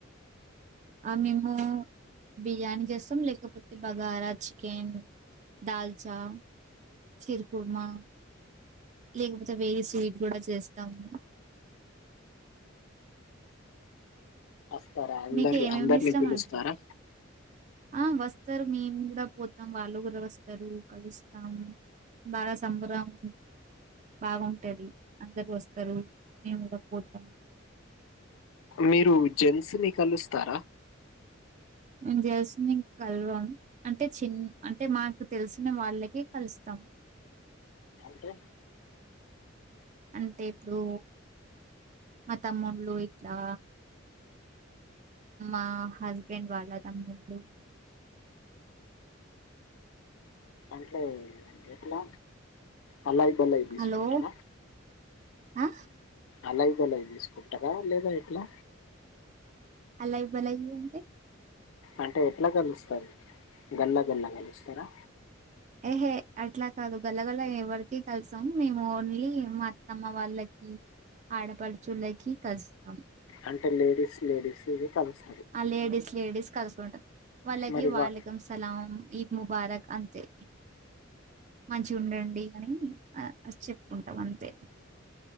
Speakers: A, on the right; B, on the left.
A: ఆ మేము బిర్యానీ చేస్తాం. లేకపోతే బగారా చికెన్, దాల్చా చెర్ కుర్మా లేకపోతే వేరే స్వీట్ కూడ చేస్తాము.
B: వస్తారా అందరు
A: మీకేమేమి
B: అందరిని
A: ఇష్టం
B: పిలుస్తారా
A: అండి? ఆ వస్తరు. మేము కూడా పోతాం. వాళ్ళు కూడా వస్తారు. కలుస్తాం. బాగా సంబరామున్ బాగుంటది. అందరు వస్తరు మేము కూడా పోతం
B: మీరు జెన్స్ ని కలుస్తారా?
A: మేము జెల్స్ ని కలవం. అంటే, చిన్న అంటే మాకు తెలిసిన వాళ్ళకే కలుస్తాం. అం
B: అంటే
A: అంటే ఇప్పుడు, మా తమ్ముళ్ళు ఇట్లా మా హస్బెండ్ వాళ్ళ తమ్ముళ్ళు
B: అంటే ఎట్లా అలై బలై తీసుకుంటరా
A: హలో ఆ
B: అలై బలై తీసుకుంటరా లేద ఎట్లా?
A: అలై బలై అంటే!
B: అంటే ఎట్ల కలుస్తారు గల్ల గల్ల కలుస్తారా
A: ఎహే అట్ల కాదు గల్ల గల్ల ఎవరికి మేము ఓన్లీ మా అత్తమ్మ వాళ్ళకి ఆడపడుచులకి కలుస్తాం
B: అంటే లేడీస్ లేడీస్ ఇది కలుస్
A: ఆ లేడీస్ లేడీస్ కలుసుకుంటారు వాళ్ళకి
B: మరి
A: వాలెకుం
B: వా
A: సలాం ఇ ముబారక్ అంతే మంచిగ ఉండండి అని ఆ చెప్పుకుంటాం అంతే